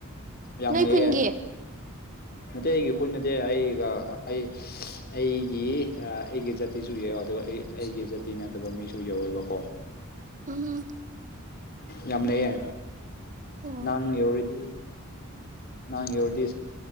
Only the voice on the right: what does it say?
ꯅꯣꯏ
ꯈꯨꯟꯒꯤ
ꯎꯝ
ꯑꯣ